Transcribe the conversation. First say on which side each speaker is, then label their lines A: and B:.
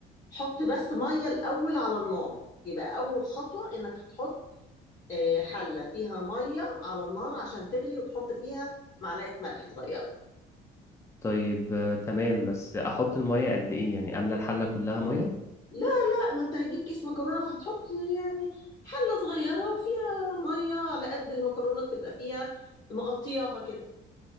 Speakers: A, on the left; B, on the left.
A: حط بس ميه الاول على النار يبقى اول خطوه انك هتحط آه، حله فيها ميه على النار عشان تغلي وتحط فيها معلقه ملح صغيره
B: طيب آه، تمام بس احط المية قد ايه يعني املى الحلة كلها مية
A: لا لا ما انت هتجيب كيس مكرونه فهتحط يعني حله صغيره وفيها ميه على قد المكرونه تبقى فيها مغطياها كده